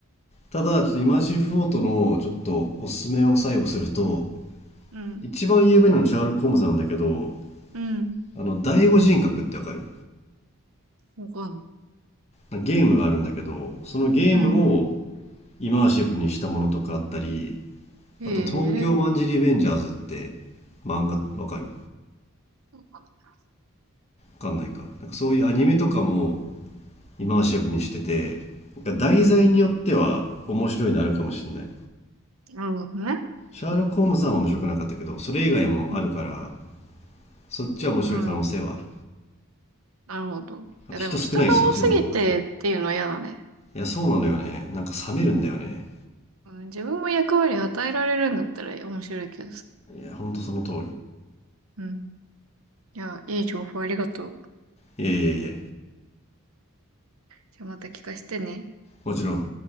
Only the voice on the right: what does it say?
うん。
うん。
わかんない。
うん。
へ
え。
わかんない
うん。なるほどね。
う
ん。うんなるほど。いや、
でも人が多すぎてっていうのは嫌だね。
うん。うん自分も役割与えられるんだったら面白いけどさ。
うん。いや、いい情報ありがとう。
じゃあまた聞かせてね。